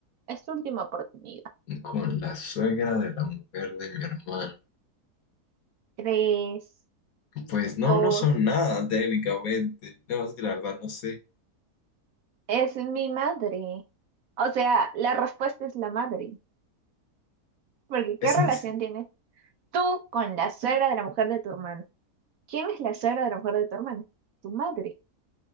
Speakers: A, on the right; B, on the left.
A: Es tu última oportunidad.
B: Con la suegra de la mujer de mi hermano.
A: Tres,
B: Pues no,
A: dos,
B: no son nada técnicamente. No, es que la verdad no sé.
A: es mi madre. O sea, la respuesta es la madre. Porque ¿qué
B: Es
A: relación
B: en serio.
A: tienes tú con la suegra de la mujer de tu hermano? ¿Quién es la suegra de la mujer de tu hermano? Tu madre.